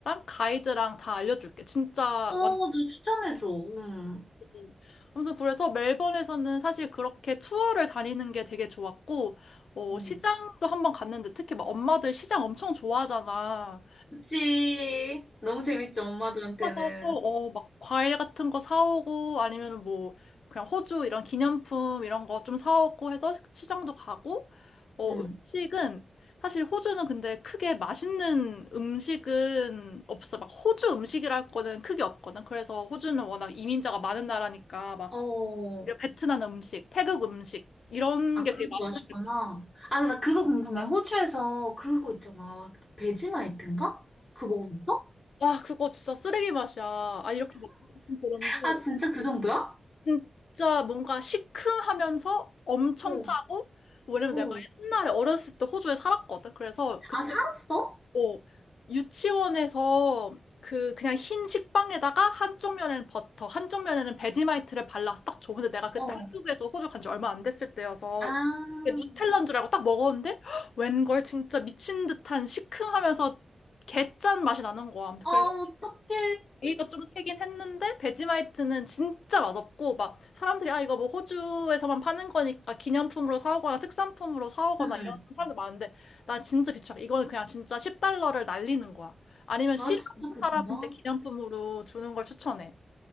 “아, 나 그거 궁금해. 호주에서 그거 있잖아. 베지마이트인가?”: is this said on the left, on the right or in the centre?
Left